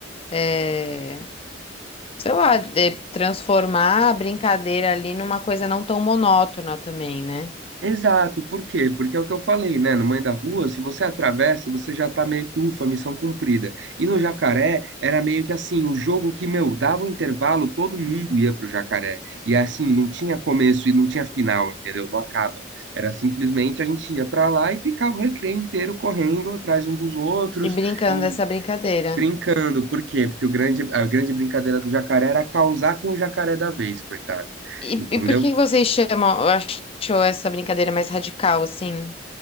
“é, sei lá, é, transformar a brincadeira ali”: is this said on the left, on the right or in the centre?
Left